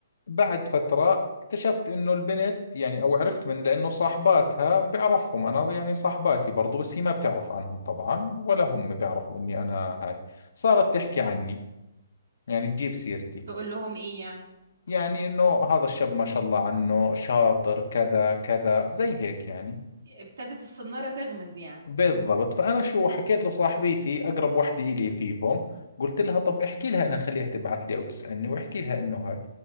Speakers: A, on the left; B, on the right.
A: بعد فترة اكتشفت إنه البنت يعني أو عرفت من لأنه صاحباتها بعرفهم أنا يعني صاحباتي برضو بس هي ما بتعرف عنهم طبعا ولا هم بيعرفوا إني أنا هاي صارت تحكي عني يعني تجيب سيرتي
B: تقول لهم ايه يعني
A: يعني انه هذا الشاب ما شاء الله عنه شاطر كذا كذا زي هيك يعني
B: ابتدت الصنارة تغمز يعني
A: بالضبط فانا شو حكيت لصاحبتي اقرب وحده الي فيهم قلت لها طب احكي لها انا خليها تبعث لي او تسالني واحكي لها انه هاي